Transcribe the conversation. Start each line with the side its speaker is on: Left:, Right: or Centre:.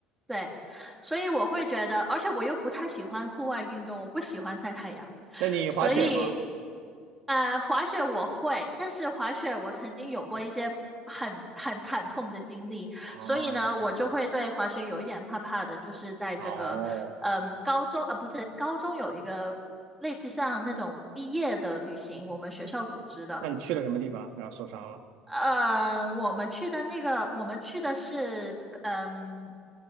Centre: 对，所以我会觉得，而且我又不太喜欢户外运动，我不喜欢晒太阳。
Right: 那你滑雪吗？
Centre: 所以呃，滑雪我会，但是滑雪我曾经有过一些很很惨痛的经历，
Right: 哦
Centre: 所以呢，我就会对滑雪有一点怕怕的。就是在这个，
Right: 哦，
Centre: 嗯，高中，呃，不是，高中有一个类似像那种毕业的旅行，我们学校组织的。
Right: 那你去了什么地方？然后受伤了？
Centre: 呃，我们去的那个，我们去的是，嗯